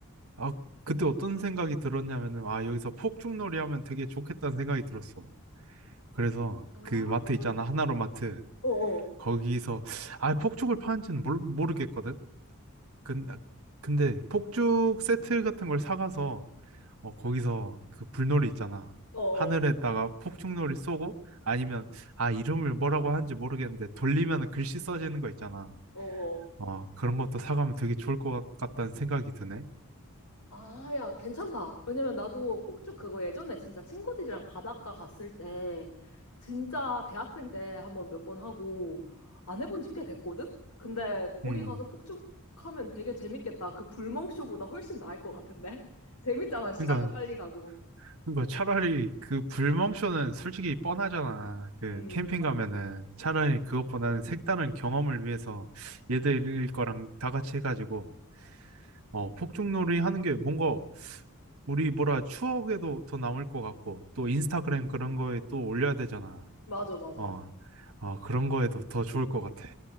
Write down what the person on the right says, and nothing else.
아, 그때 어떤 생각이 들었냐면은 아, 여기서 폭죽놀이 하면 되게 좋겠다는 생각이 들었어. 그래서
그 마트 있잖아. 하나로 마트.
거기서 아, 폭죽을 파는지는 모르, 모르겠거든. 근, 아, 근데 폭죽 세트 같은 걸 사가서 어, 거기서 그 불놀이 있잖아.
하늘에다가 폭죽놀이 쏘고 아니면 아 이름을 뭐라고 하는지 모르겠는데 돌리면 글씨 써지는 거 있잖아.
어, 그런 것도 사가면 되게 좋을 것 같- 같다는 생각이 드네.
음.
그러니까
그러니까 차라리 그 불멍쇼는 솔직히 뻔하잖아. 그
캠핑
가면은 차라리
그것보다는 색다른 경험을 위해서 얘들 거랑 다 같이 해가지고 어, 폭죽놀이 하는 게 뭔가 우리 뭐라 추억에도 더 남을 것 같고, 또 인스타그램 그런 거에 또 올려야 되잖아.
어, 어, 그런 거에도 더 좋을 것 같아.